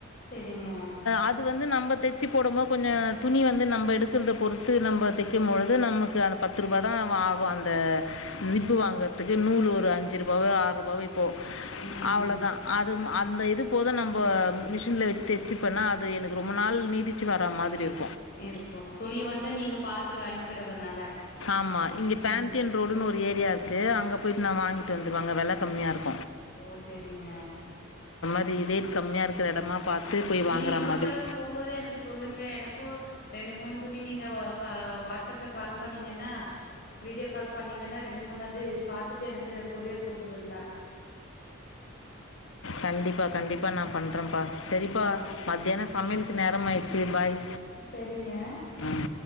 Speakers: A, on the left (about 45°); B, on the left (about 70°).
A: செரிங்க
B: அது வந்து நம்ம தைச்சு போடும் போடும்போது கொஞ்சம் துணி வந்து நம் எடுக்கறத பொறுத்து நம்ம தைக்கும்பொழுது நமக்கு அந்த பத்து ரூபாய தான் ஆகும் அந்த ஜிப்பு வாங்கறிறதுக்கு நூல் ஒரு அஞ்சு ரூப ஆறு ரூப போ
A: ம்
B: அவ்ளோதா அது அந்த இது போதும் நம்ப மிசி வச்சு தச்சுப்பென்ன அது எனக்கு ரொம்ப நாள் நீடிச்சு வர மாதிரி இருக்கு
A: இருக்கு துணி வந்து நீங்க பார்த்து வாங்கிறதுனால
B: ஆமாம் இங்கே பேண்டியன்
A: ம்
B: ரோடுன்னு ஏரியா இருக்கு அங்க போயிட்டு நான் வாங்கிட்டு வந்துருவா அங்க வெல கம்மியா இருக்கு
A: ஓ செரிங்க
B: இது ரேட் கம்மிய இருகுற இடமா பார்த்து போய்
A: நீ
B: வாங்குற
A: இன்னொரு
B: மாதிரி
A: தடவ போம்போது எனக்கு சொல்லுங்க எனக்கு ரெண்டு மூணு துணி நீங்க வாட்ஸ்அப்ல கால் பண்ணீங்கன்னா வீடியோ கால் பண்ணீங்கன்னா ரெண்டு மூணு இது பாத்துட்டு எனக்கு கொரியர் போட்டு விடலாம்
B: கண்டிப்பா கண்டிப்பா நான் பண்றேப்பா செரிப்பா
A: ஆ
B: மத்தியான சமையல்க் நேரம் ஆயிச்சு பாய்
A: செரிங்க
B: ம்